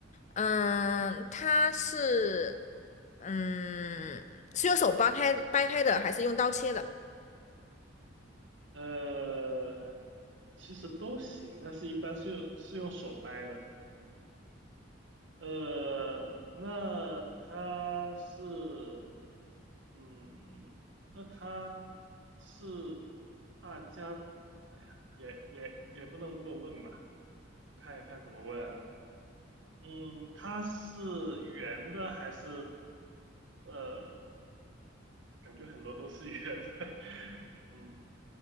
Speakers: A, on the left (about 40°); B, on the right (about 65°).
A: 嗯、它是，嗯，是用手掰开掰开的，还是用刀切的？
B: 呃，其实都行，但是一般是用是用手掰的。呃，那他是，嗯，那他是大家，哎呀，也也也不能这么问吧，我看一看怎么问啊，嗯，它是圆的还是，呃，感觉很多都是圆的，<laughs> 嗯，